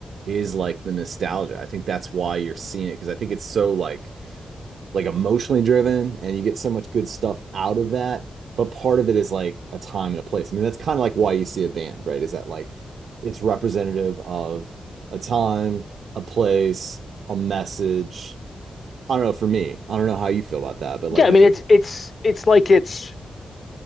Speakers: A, on the right; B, on the left.
A: is like the nostalgia. I think that's why you're seeing it because I think it's so like like emotionally driven and you get so much good stuff out of that but part of it is like a time and a place i mean that's kind of like why you see a band right is that like it's representative of a time a place a message i don't know for me i don't know how you feel about that but
B: yeah,
A: like
B: I
A: i
B: mean,
A: think
B: it's it's it's like it's